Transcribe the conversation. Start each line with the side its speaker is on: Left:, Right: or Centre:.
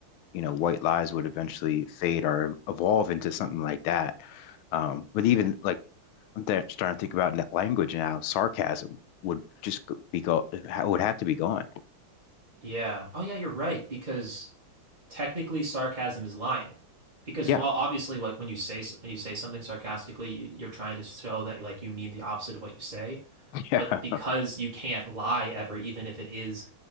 Left: you know, white lies would eventually fade or evolve into something like that. Um, but even like I'm th- starting to think about net language now, sarcasm would just go- be go ha- would have to be gone.
Right: Yeah. Oh yeah, you're right because technically sarcasm is lying. Because
Left: Yeah.
Right: while obviously like when you say when you say something sarcastically, you- you're trying to show that like you mean the opposite of what you say
Left: <laughs> Yeah.
Right: but because you can't lie ever, even if it is,